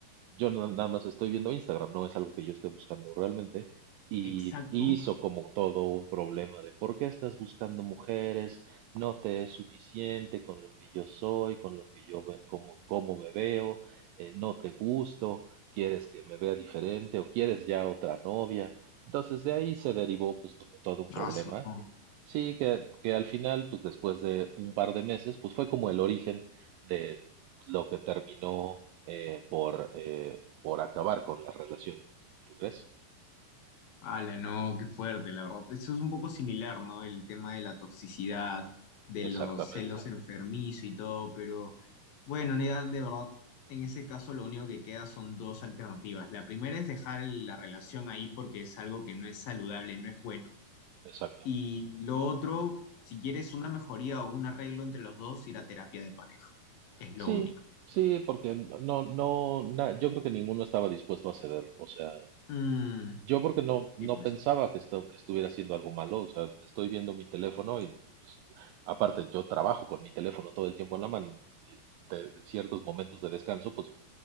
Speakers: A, on the right; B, on the left.
A: Yo no- nada más estoy viendo Instagram, no es algo que yo esté buscando realmente. Y
B: exacto.
A: hizo como todo un problema de por qué estás buscando mujeres, no te es suficiente con lo que yo soy, con lo que yo ve- como, cómo me veo, eh, no te gusto, quieres que me vea diferente o quieres ya otra novia. Entonces de ahí se derivó pues como todo un problema.
B: Ah, su- no.
A: Sí, que, que al final pues después de un par de meses pues fue como el origen de lo que terminó eh, por, eh, por acabar con la relación. ¿Tú crees?
B: Ala, no, qué fuerte, la verdad. Eso es un poco similar, ¿no? El tema de la toxicidad, de los
A: Exactamente,
B: celos enfermizos y todo, pero bueno, ya, de verdad, en ese caso lo único que queda son dos alternativas. La primera es dejar la relación ahí porque es algo que no es saludable, no es bueno.
A: exacto.
B: Y lo otro, si quieres una mejoría o un arreglo entre los dos, ir a terapia de pareja. Es
A: Sí,
B: lo único.
A: sí, porque no, no, na- yo creo que ninguno estaba dispuesto a ceder. O sea,
B: Mm,
A: Yo porque no, no
B: y pues.
A: pensaba que, esto, que estuviera haciendo algo malo, o sea, estoy viendo mi teléfono y pues, aparte yo trabajo con mi teléfono todo el tiempo en la mano, y te- ciertos momentos de descanso pues